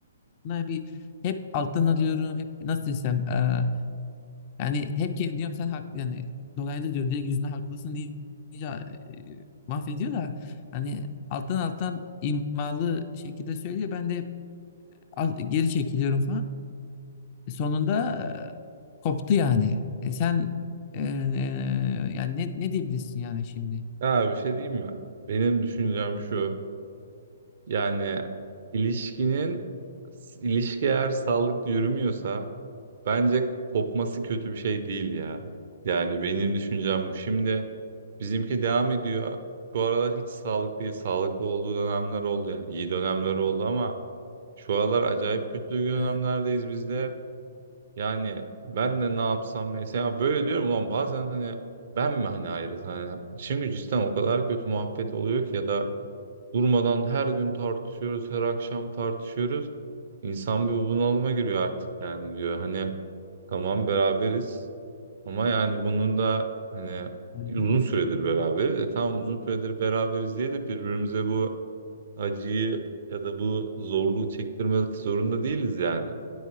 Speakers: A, on the left; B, on the right.
A: bir hep alttan alıyorum. Hep nasıl desem e, yani hep kendim diyorum sen haklı yani dolaylı diyorum direkt yüzüne haklısın deyince e, mahvediyor da hani alttan alttan imalı şekilde söylüyor. Ben de hep al- geri çekiliyorum falan. E, sonunda e, koptu yani. E sen e, e, yani ne, ne diyebilirsin yani şimdi?
B: Ya bir şey diyeyim mi? Benim düşüncem şu. Yani ilişkinin ilişki eğer sağlıklı yürümüyorsa bence kopması kötü bir şey değil ya. Yani benim düşüncem bu. Şimdi bizimki devam ediyor. Şu aralar hiç sağlıklı değil. Sağlıklı olduğu dönemler oldu yani. İyi dönemler oldu ama şu aralar acayip kötü dönemlerdeyiz
A: E,
B: biz de. Yani ben de ne yapsam mesela böyle diyorum ulan bazen hani ben mi hani ayrıl hani çünkü cidden o kadar kötü muhabbet oluyor ki ya da durmadan her gün tartışıyoruz her akşam tartışıyoruz İnsan bir bunalıma giriyor artık yani diyor hani tamam beraberiz ama yani bunun da hani
A: hı
B: uzun
A: hı.
B: süredir beraberiz e tamam uzun süredir beraberiz diye de birbirimize bu acıyı ya da bu zorluğu çektirmek zorunda değiliz yani.